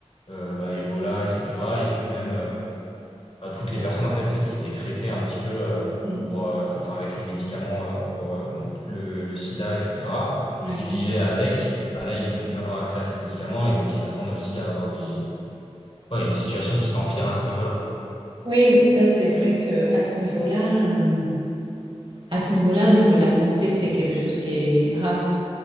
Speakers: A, on the left (about 55°); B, on the right (about 45°).
A: euh, bah, Ebola, etc. Et puis même euh, euh, toutes les
B: Ouais.
A: personnes en fait, tu sais, qui étaient traitées un petit peu euh,
B: Mm.
A: pour, euh, enfin, avec les médicaments euh, pour euh, le, le sida, etc.,
B: Ouais.
A: et qui vivaient avec, bah là, ils vont plus avoir accès à ces médicaments et donc ils s'attendent aussi à avoir des, ouais, une situation qui s'empire à ce niveau-là.
B: Oui, ça c'est vrai que à ce niveau-là, euh, à ce niveau-là, au niveau de la santé, c'est quelque chose qui est, qui est grave.